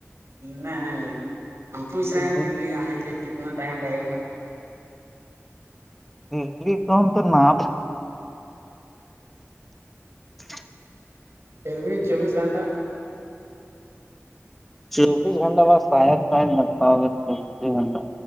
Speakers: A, on the right; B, in the centre.
A: نہیں نہیں نہیں ہم پوچھ
B: نہیں
A: رہے ہیں دلی جانے کے لیے کتنا ٹائم لگے گا
B: دلی کوم تو ناپ <inaudible>
A: پھر بھی چوبیس گھنٹہ
B: چویس گھٹا بس ساید س نتا ا چیس گھٹہ